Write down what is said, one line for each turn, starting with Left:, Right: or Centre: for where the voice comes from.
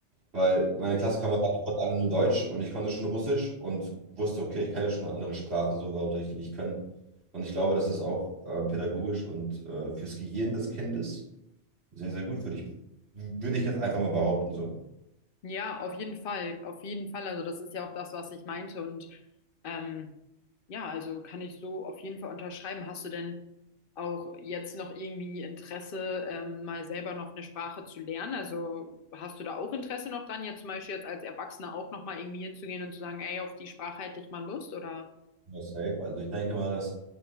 Right: weil meine Klassenkameraden konnten alle nur Deutsch und ich konnte schon Russisch und wusste, okay, ich kann ja schon eine andere Sprache, so warum soll ich die nicht können? Und ich glaube, das ist auch ähm, pädagogisch und äh, fürs Gehirn des Kindes sehr, sehr gut, würde ich, würde ich jetzt einfach mal behaupten so.
Left: Ja, auf jeden Fall, auf jeden Fall. Also das ist ja auch das, was ich meinte. Und ähm, ja, also kann ich so auf jeden Fall unterschreiben. Hast du denn auch jetzt noch irgendwie Interesse, ähm, mal selber noch eine Sprache zu lernen? Also hast du da auch Interesse noch dran, jetzt zum Beispiel jetzt als Erwachsener auch noch mal irgendwie hinzugehen und zu sagen, ey, auf die Sprache hätte ich mal Lust? Oder?
Right: Ja, safe. Also ich denke mal, dass